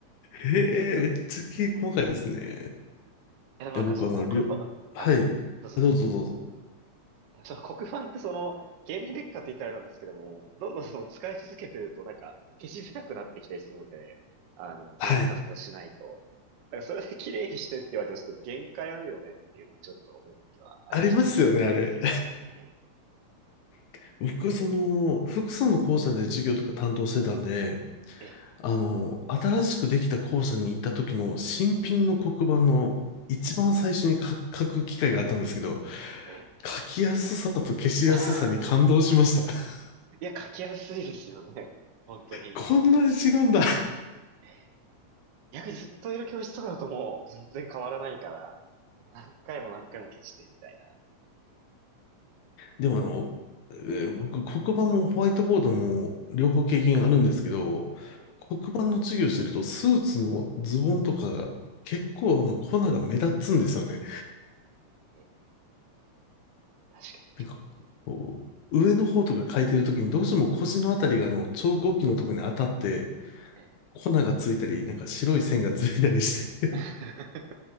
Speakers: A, on the left; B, on the right.
A: へえ、めっちゃ細かいですね。
B: え、でもなんかその黒板、
A: え、僕あの、りょ、はい。
B: あ、どうぞどうぞ。
A: あどうぞどうぞ。
B: その黒板ってその、経年劣化って言ったらあれなんですけども、どんどんその使い続けてるとなんか消しづらくなってきたりするので、あの、
A: はい。
B: メンテナンスとかしないと。だからそれで綺麗にしてって言われてもちょっと限界あるよねっていうのはちょっと思う時はありました。
A: ありますよね、あれ。
B: ええ、
A: <laughs> 僕、その、複数の校舎で授業とか担当してたんで、
B: ええ、
A: あの、新しくできた校舎に行った時の新品の黒板の一番最初に書書く機会があったんですけど、
B: ええ。
A: 書きやすさと消しやすさに感動しました。
B: <laughs>
A: <laughs>
B: いや、書きやすいですよね。本当に。
A: こんなに違うんだ。
B: ええ逆にずっといる教室とかだともう全然変わらないから、何回も何回も消してみたいな。
A: でもあの、えー僕、黒板もホワイトボードも両方経験あるんですけど、
B: ええ、
A: 黒板の授業してるとスーツのズボンとかが結構あの粉が目立つんですよね。
B: ええ、ええ確かに。
A: なんかこう、上の方とか書いてるときにどうしても腰のあたりがあの超合金のとこに当たって
B: ええ
A: 粉がついたり、なんか白い線がついたりして。
B: <laughs>